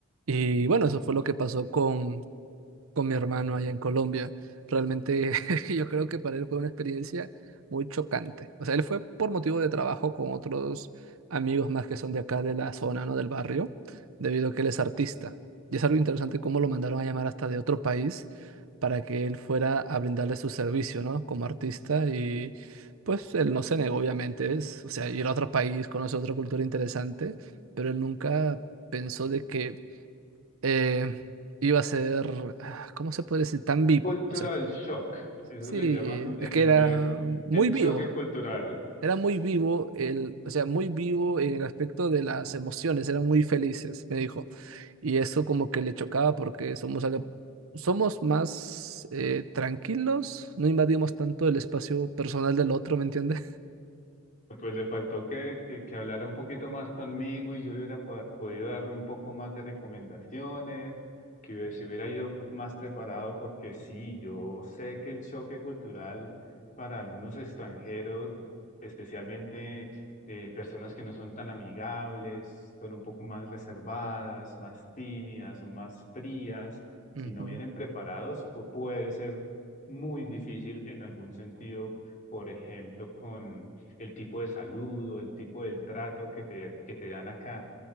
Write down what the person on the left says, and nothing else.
Cultural
shock, eso
le llaman en
inglés
el
choque cultural.
Pues le faltó que, que, que hablara un poquito más conmigo y yo le hubiera po- podido dar un poco más de recomendaciones, que hubie- se hubiera ido más preparado porque sí, yo sé que el choque cultural para algunos extranjeros, especialmente eh, personas que no son tan amigables, son un poco más reservadas, más tímidas o más frías, si
no vienen preparados, pu- puede ser muy difícil en algún sentido, por ejemplo, con el tipo de saludo, el tipo del trato que te, que te dan acá.